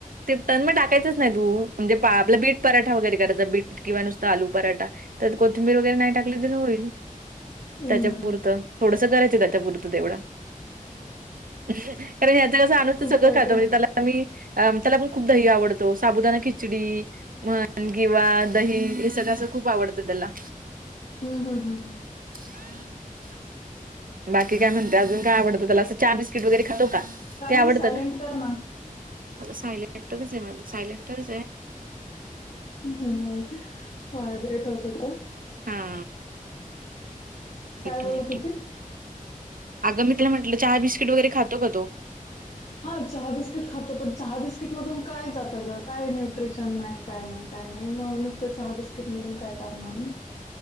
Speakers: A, on the right (about 75°); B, on the left (about 50°).
A: ते तर मग टाकायचंच नाही तू म्हणजे आपलं बीट पराठा वगैरे करायचा बीट किंवा नुसतं आलू पराठा त्यात कोथिंबर वगैरे नाही टाकली तरी होईल
B: हं,
A: त्याच्या पुरतं थोडस करायचं त्याच्या पुुरतं तेवढं कारण ह्याच
B: खूप
A: कस <unintelligible> सगळं
B: वैताग
A: खातो म्हणजे त्याला मी अ त्याला पण खूप दही आवडतो, साबुदाना खिचडी मग किंवा दही हे सगळं अस खूप आवडतं त्याला
B: हम्म हम्म हम्म हम्म.
A: हम् बाकी काय म्हणते अजून काय आवडतं त्याला असं चहा बिस्किट वगैरे खातो का?
B: काय
A: ते आवडतं
B: नाही सायलेंट
A: ना.
B: कर
A: सायलेंवरच आहे माझा सायलेंवरच आहे.
B: नाही व्हायब्रेट होत होता
A: हा.
B: काय
A: एक
B: बोलत
A: मिनिट.
B: होती?
A: अगं मी तुला म्हटलं चहा बिस्किट वगैरे खातो का तो?
B: खातो. हा चहा बिस्किट खातो पण चहा बिस्किट मधून काय जात गं काय न्यूट्रिशन नाही काय नाही काय नाही मग नुसत चहा बिस्किट मधून काय करणार ना